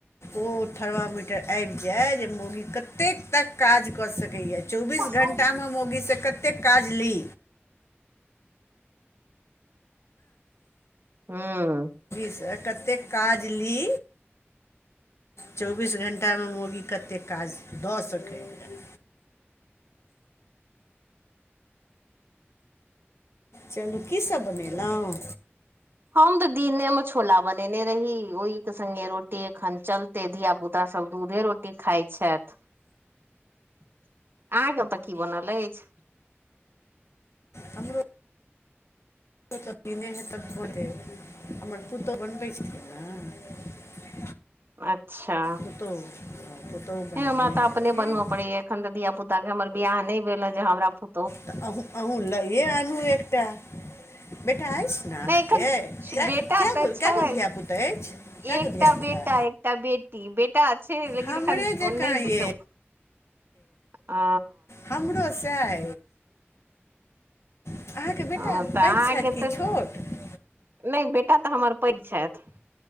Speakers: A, on the left (about 80°); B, on the right (about 55°).
A: ओ थर्मामीटर आबि जाय जे मौगी कतेक तक काज कऽ सकैए चौबीस
B: हूँ
A: घण्टामे मौगीसँ कतेक काज ली
B: हँ
A: सँ कतेक काज ली चौबीस घण्टामे मौगी कतेक काज दऽ सकैये
B: <inaudible>
A: चलू कीसभ बनेलहुँ
B: हम तऽ दिने मे छोला बनेने रही ओहि के संगे रोटी एखन चलतै धिया पुता सब दूध दुधे रोटी खाइ छथि अहाँके ओतय की बनल अछि
A: हमरो तऽ दिने नहि हेत बोले हमर पुतहु बनबै छथि ने <inaudible>
B: अच्छा
A: पुतहु हँ, पुतहु बनेने
B: हें हमरा तऽ
A: हेथिन
B: अपने बनबऽ पड़ैये एखन तऽ धिय पुता के हमरा बियाह नहि भेले जे हमरा पु
A: त अहुँ अहुँ लैए आनू एकटा बेटा अइ छै न अहाँके
B: नहि एखन
A: कए
B: बेटा
A: कए
B: तऽ
A: गो
B: छै
A: कए गो धियापुता अछि कए
B: एकटा
A: गो धियापुता
B: बेटा एकटा बेटी बेटा छै लेकिन
A: हमरे
B: एखन
A: जकाँ
B: ओ नैय
A: ये
B: जेतौ ओ
A: हमरो सएह अछि अहाँके बेटा
B: हँ तऽ
A: पैघ
B: अहाँके
A: छथि कि
B: तऽ
A: छोट
B: नहि बेटा तऽ हमर पैघ छथि